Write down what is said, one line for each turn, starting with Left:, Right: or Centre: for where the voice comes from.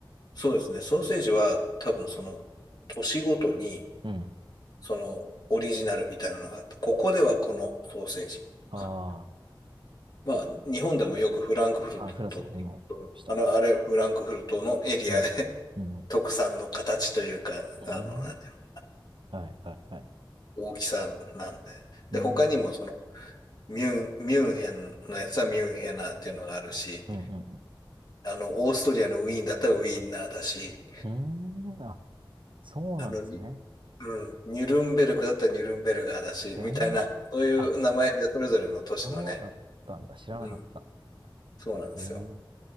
Left: そうですね。ソーセージは多分その年ごとに
Right: うん。
Left: そのオリジナルみたいなのがあって、ここではこのソーセージとか。
Right: あ
Left: まあ日本でもよくフランクフルトって言うと、
Right: あ、はい、フランスを今、した。
Left: あの、あれはフランクフルトのエリアで
Right: うん。うん。
Left: <laughs> 特産の形というか、
Right: うん。
Left: あの、なんていうの、
Right: はい、はい、はい。
Left: うん、大きさなんで。
Right: うん。
Left: で、他にもその
Right: うん、
Left: ミュン、ミュンヘンのやつはミュンヘナーっていうのがあるし、
Right: うん、
Left: あの、オーストリアのウィーンだったらウィーンナーだし、
Right: うん。うーん、あ、そうなんですね。
Left: あの、うん、ニュルンベルクだったらニュルンベルガーだし、
Right: へえ。
Left: みたいな、そういう名前でそれぞれの都市のね、
Right: あ、そうだったんだ。知らなかった。
Left: うん、そうなんですよ。
Right: へえ。なん